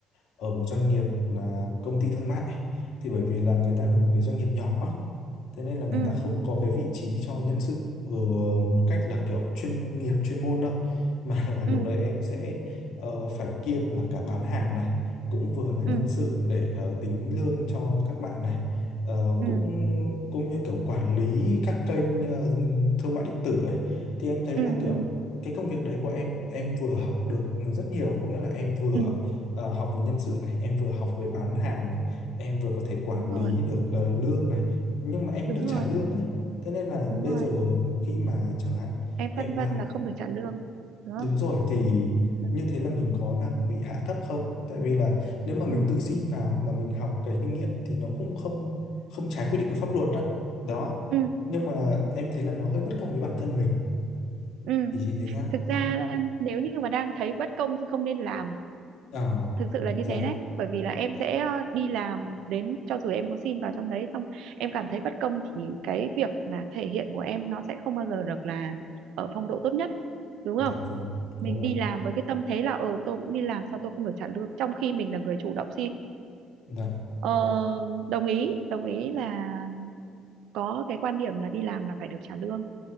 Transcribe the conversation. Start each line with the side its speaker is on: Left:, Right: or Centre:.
Left: ở một doanh nghiệp là công ty thương mại thì bởi vì là người ta là một cái doanh nghiệp nhỏ thế nên là người
Right: ừ
Left: ta không có cái vị trí cho nhân sự ờ, một cách là kiểu chuyên nghiệp chuyên môn đâu <laughs> mà là lúc
Right: ừ
Left: đấy em sẽ ờ, phải kiêm là cả bán hàng này cũng vừa là nhân
Right: ừ
Left: sự để ờ, tính lương cho các bạn này Ờ,
Right: ừ
Left: cũng cũng như kiểu quản lý các kênh ờ, thương mại điện tử ấy thì em thấy
Right: ừ
Left: là kiểu
Right: ừ
Left: cái công việc đấy của em em vừa học được rất nhiều có nghĩa là em vừa
Right: ừ
Left: ờ, học về nhân sự này em vừa học về bán hàng này em vừa có thể quản
Right: đúng rồi
Left: lý được ờ, lương này nhưng mà em vẫn
Right: đúng
Left: được
Right: rồi
Left: trả lương ấy thế nên là
Right: đúng
Left: bây
Right: rồi
Left: giờ khi mà chẳng hạn
Right: em
Left: em
Right: phân vân
Left: làm
Right: là không được trả lương đúng không
Left: đúng rồi thì
Right: ừ
Left: như thế là mình có đang bị hạ thấp không tại vì là nếu mà mình
Right: ừ
Left: tự xin vào mà mình học cái kinh nghiệm thì nó cũng không không trái quy định của pháp luật đó, đó.
Right: ừ
Left: nhưng mà em thấy là nó hơi bất công với bản thân mình
Right: ừ.
Left: thì chị thấy sao
Right: thực ra là nếu như mà đang thấy bất công thì không nên làm
Left: ờ
Right: thực sự là như
Left: dạ
Right: thế đấy bởi vì là em sẽ ờ, đi làm đến cho dù em có xin vào trong đấy xong em cảm thấy bất công thì cái việc mà thể hiện của em nó sẽ không bao giờ được là ở phong độ tốt nhất đúng
Left: dạ
Right: không
Left: vâng
Right: mình
Left: đúng rồi
Right: đi làm với cái tâm thế là ờ tôi cũng đi làm sao tôi không được trả lương trong khi mình là người chủ động xin
Left: dạ
Right: ờ, đồng ý đồng ý là có cái quan điểm là đi làm là phải được trả lương